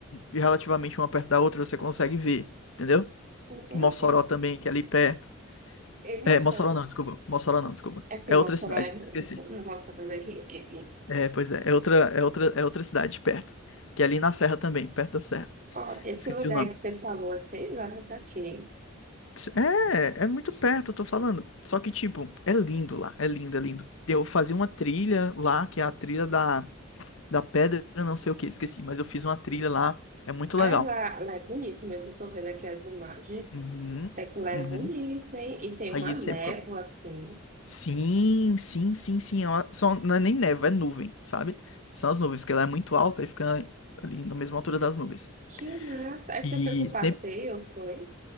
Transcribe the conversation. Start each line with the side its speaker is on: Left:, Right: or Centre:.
Left: relativamente uma perto da outra, você consegue ver, entendeu?
Right: Entendi.
Left: Mossoró também, que é ali perto.
Right: Ei, Mossoró.
Left: É, Mossoró não, desculpa, Mossoró não, desculpa.
Right: É porque
Left: É outra
Right: Mossoró
Left: cidade,
Right: é
Left: esqueci.
Right: no Mossoró da RN.
Left: É, pois é. É outra, é outra, é outra cidade perto. Que é ali na serra também, perto da serra.
Right: Ó, esse
Left: Esqueci
Right: lugar
Left: o nome.
Right: aí que você falou, a seis horas daqui.
Left: É, é muito perto, eu tô falando. Só que, tipo, é lindo lá. É lindo, é lindo. Eu fazia uma trilha lá, que é a trilha da, da pedra, não sei o que, esqueci. Mas eu fiz uma trilha lá. É muito
Right: Ah,
Left: legal.
Right: lá, lá é bonito mesmo, eu tô vendo aqui as imagens.
Left: Uhum,
Right: Até que lá é
Left: uhum.
Right: bonito, hein? E tem
Left: Aí
Right: uma névoa,
Left: sempre. co-
Right: assim.
Left: Sim, sim, sim, sim. é uma- Só, não é nem neve, é nuvem, sabe? São as nuvens, porque ela é muito alta e fica ali na mesma altura das nuvens.
Right: Que massa. Aí você
Left: E
Right: foi pro passeio,
Left: sempre
Right: foi?